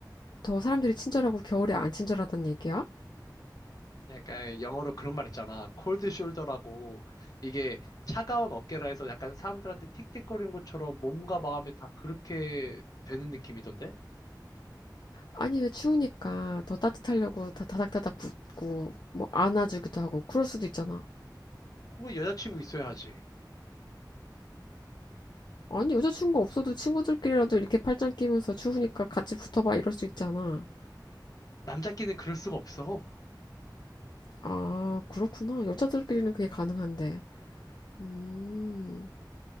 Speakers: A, on the left (about 70°); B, on the left (about 55°).
A: 더 사람들이 친절하고 겨울에 안 친절하단 얘기야?
B: 약간 영어로 그런 말 있잖아. 콜드 숄더라고. 이게 차가운 어깨라 해서 약간 사람들한테 틱틱거리는 것처럼 몸과 마음이 다 그렇게 되는 느낌이던데?
A: 아니, 왜 추우니까 더 따뜻하려고 다 다닥다닥 붙고 뭐 안아주기도 하고 그럴 수도 있잖아.
B: 그거 여자친구 있어야 하지.
A: 아니, 여자친구 없어도 친구들끼리라도 이렇게 팔짱 끼면서 추우니까 같이 붙어봐 이럴 수 있잖아.
B: 남자끼는 그럴 수가 없어.
A: 아, 그렇구나. 여자들끼리는 그게 가능한데. 음,